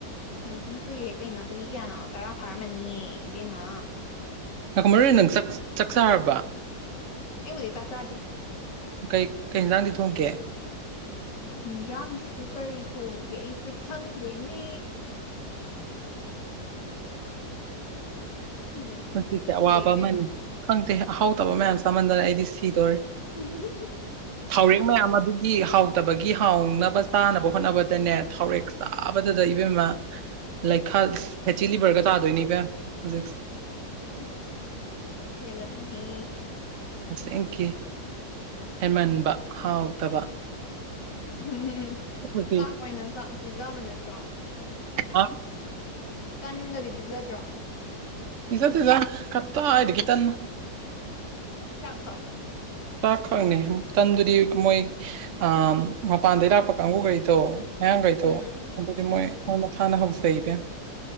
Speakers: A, on the left; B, on the right.
A: ꯌꯥꯝ ꯊꯤꯅ ꯀꯨꯏꯔꯦ ꯀꯩꯅꯣ ꯆꯍꯤ ꯀꯌꯥꯅꯣ ꯇꯔꯥ ꯐꯥꯔꯝꯃꯅꯤꯌꯦ ꯏꯕꯦꯝꯃ꯫
B: ꯅꯥꯏꯈꯣ ꯃꯔꯨ ꯑꯣꯏꯅ ꯅꯪ ꯆꯥꯛ ꯆꯥꯔꯕ꯫
A: ꯑꯩꯕꯨꯗꯤ ꯆꯥꯛ ꯆꯥꯗ꯭ꯔꯤ꯫
B: ꯀꯩ ꯀꯩ ꯍꯦꯟꯁꯥꯡꯗꯤ ꯊꯣꯡꯒꯦ꯫
A: ꯍꯤꯟꯖꯥꯡꯁꯨ ꯀꯔꯤ ꯊꯣꯡꯒꯦ ꯑꯩꯁꯦ ꯈꯪꯗꯦꯅꯦ꯫ ꯎꯝ
B: ꯄꯨꯟꯁꯤꯁꯦ
A: ꯈꯪꯗꯦ
B: ꯑꯋꯥꯕ
A: ꯏꯕꯦꯝꯃ꯫
B: ꯑꯃꯅꯤ ꯈꯪꯗꯦ ꯑꯍꯥꯎꯇꯕ ꯃꯌꯥꯝ ꯆꯥꯃꯟꯗꯅ ꯑꯩꯗꯤ ꯁꯤꯗꯣꯔꯦ꯫
A: ꯎꯝ꯫
B: ꯊꯥꯎꯔꯦꯛ ꯃꯌꯥꯝ ꯑꯗꯨꯒꯤ ꯍꯥꯎꯇꯕꯒꯤ ꯍꯥꯎꯅꯕ ꯆꯥꯅꯕ ꯍꯣꯠꯅꯕꯗꯅꯦ ꯊꯥꯎꯔꯦꯛ꯫ ꯆꯥꯕꯗꯗ ꯏꯕꯦꯝꯃ ꯂꯩꯈꯥ ꯐꯦꯇꯤ ꯂꯤꯚꯔꯒ ꯇꯥꯗꯣꯏꯅꯤ ꯏꯕꯦꯝ ꯍꯧꯖꯤꯛꯁꯤ꯫
A: ꯏꯁ ꯄꯦꯜꯂꯕꯅꯤ꯫
B: ꯑꯁꯦꯡꯀꯤ꯫ ꯍꯦꯟꯃꯟꯕ ꯍꯥꯎꯇꯕ꯫
A: ꯎꯝ
B: ꯍꯧꯖꯤꯛ
A: ꯆꯥꯛ ꯑꯣꯏꯅ ꯆꯥꯛ ꯄꯤꯖꯥꯕ ꯅꯠꯇ꯭ꯔꯣ꯫
B: ꯑꯥ꯫
A: ꯇꯟꯒꯗꯤ ꯄꯤꯖꯗ꯭ꯔꯣ꯫
B: ꯄꯤꯖꯗꯦꯗ ꯀꯞꯇꯥꯏꯗꯒꯤ ꯇꯟꯅꯣ꯫
A: ꯆꯥꯛ ꯈꯛ꯫
B: ꯇꯥꯛꯈꯛꯅꯦ ꯇꯟꯗꯨꯗꯤ ꯃꯣꯏ꯫ ꯑ ꯃꯄꯥꯟꯗꯩ ꯂꯥꯛꯄ ꯀꯥꯡꯕꯨꯈꯩꯗꯣ꯫ ꯃꯌꯥꯡꯈꯩꯗꯣ
A: ꯎꯝ
B: ꯑꯗꯨꯗꯤ ꯃꯣꯏ
A: ꯎꯝ
B: ꯃꯣꯏ ꯃꯁꯥꯅ ꯍꯧꯖ ꯏꯕꯦꯝ꯫